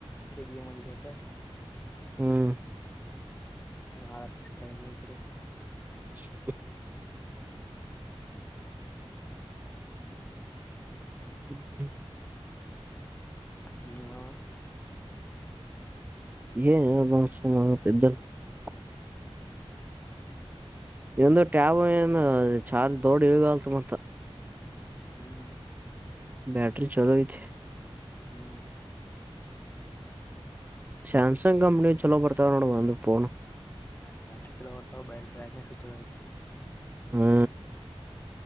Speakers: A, on the left; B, on the right.
A: ಇಗ್ ಗೇಮ್ ಅಡಿದಾಟ.
B: ಹ್ಮ್.
A: ಹಳದ್ ಬಸ್ ಕಡಿಮಿ ಇಕಡಿ.
B: <inaudible>
A: <inaudible>
B: ಹ್ಮ್.
A: ನಿಮ್ಮವಾ.
B: <inaudible>
A: ಹ್ಮ್.
B: ನಿಂದು ಟ್ಯಾಬ್ ಏನ್ ಚಾರ್ಜ್ ದೊಡದ್ ಅಂತ್ ಬಂತ್.
A: ಹ್ಮ್.
B: ಬ್ಯಾಟ್ರಿ ಚಲೋ ಐತಿ.
A: ಹ್ಮ್
B: ಸಾಮಸಂಗ್ ಕಂಪ್ನಿ ಚಛಲೋಪರ್ತಾವನೋಡ ಬಂದುಬೋನು
A: ಹಾ್ ಬಟ್ರ ಚಲೋ ಬರ್ತಾವ ಬ ಬ್ರೈಟ್ನೆಸ್ು ಚಲೋ ಐ್ತ್
B: ಹಾ